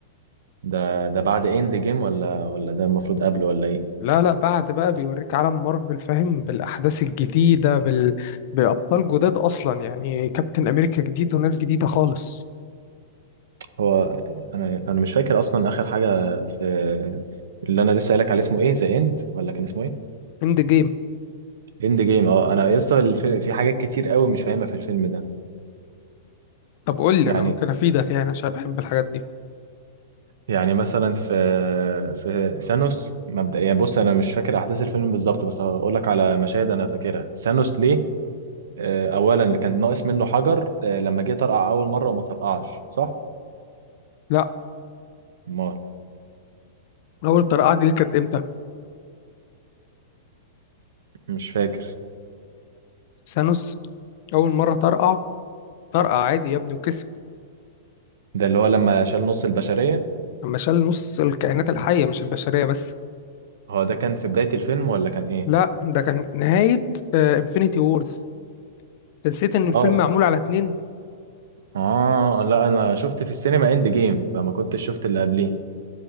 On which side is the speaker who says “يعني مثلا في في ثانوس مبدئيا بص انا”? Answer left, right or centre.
Right